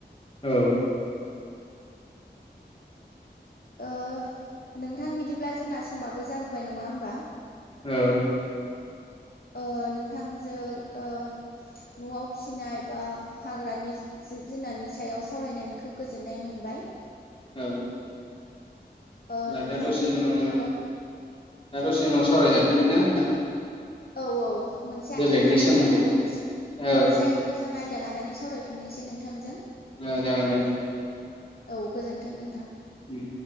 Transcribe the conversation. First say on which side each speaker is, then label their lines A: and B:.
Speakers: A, on the left (about 30°); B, on the left (about 60°).
A: औ।
B: ओ नोंथां बिदिब्ला जोंना समाबो जाबोबाय नङा होमबा।
A: औ।
B: ओ नोंथांजों ओ न'आव फिनाय बा हाग्रानि जिब जुनारनि सायाव सावरायनानै खोब गोजोननाय मोनबाय।
A: औ।
B: ओ
A: होनबा
B: नोंथांजों
A: दा दसेनि उनाव
B: उनफोराव
A: जों दा दसेनि उनाव सावरायजाफिनगोन ना नोंथां।
B: औ औ मोनसे
A: बेलेगनि
B: मोजां
A: सोमोन्दै
B: आयदा लानानै सा
A: औ
B: मोनसे मोजां मोजां आयदा लानानै सावरायफिननोसै नोंथांजों।
A: औ जागोन दे उम
B: औ गोजोन्थों नोंथां।
A: उम